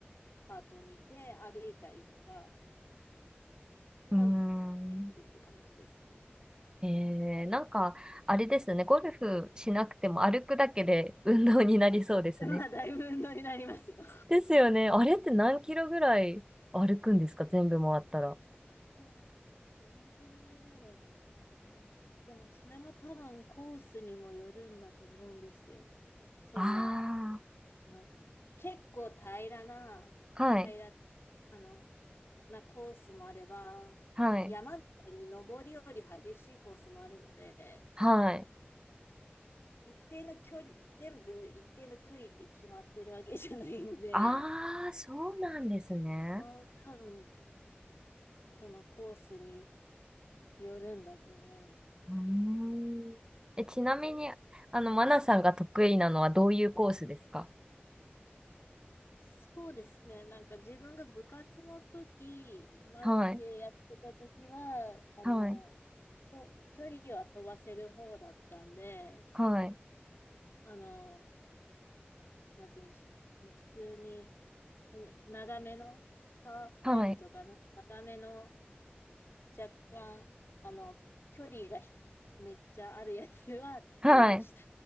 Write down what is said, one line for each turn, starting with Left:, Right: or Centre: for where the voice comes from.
Left: カートにで歩いたりとかもで
Right: うーん。
Left: きるって感じですね。
Right: ええなんか、あれですね。ゴルフしなくても歩くだけで運動になりそうですね。
Left: <laughs> まあ、だいぶ運動になりますよ。
Right: ですよね。あれって何キロぐらい歩くんですか全部回ったら。
Left: <laughs> えーどれぐらいだろうな。でもそれも多分コースにもよるんだと思うんですよ。その
Right: あ
Left: あの、結構平らな、
Right: あ、はい、
Left: 平ら、あの、なコースもあれば、
Right: はい、
Left: 山みたいに登りより激しいコースもあるので、
Right: はい。
Left: 一定の距離、全部一定の距離って決まってるわけじゃないんで、
Right: ああ、そうなんですね。
Left: この多分、そのコースによるんだと思います。
Right: うーん。え、ちなみに、あの、マナさんが得意なのはどういうコースですか
Left: そうですね。なんか自分が部活の時、マジでやってた時は、
Right: はい、
Left: あの、
Right: はい、
Left: きょ、距離は飛ばせる方だったんで、
Right: はい、
Left: あの、なんて言うんでしょう。あの、普通に、う長めの、パー5とかの長めの、
Right: はい、
Left: 若干、あの、距離がひめっちゃあるやつは得意でした。
Right: はい。